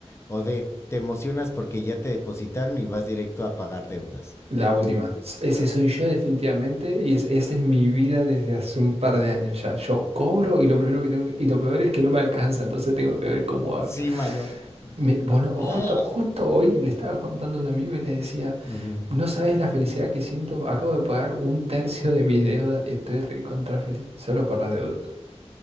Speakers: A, on the left; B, on the right.
A: O D. Te emocionas porque ya te depositaron y vas directo a pagar deudas.
B: La última. S- Ese soy yo definitivamente y es, esa es mi vida desde hace un par de años ya. Yo cobro y lo primero que tengo que- y lo peor es que no me alcanza, entonces tengo que ver cómo hago.
A: Sí, mano.
B: Me- bueno,
A: Oh.
B: justo, justo hoy le estaba contando a un amigo y le decía,
A: Ujú.
B: no sabes la felicidad que siento, acabo de pagar un tercio de mis deudas, estoy recontra feliz, solo por las deudas.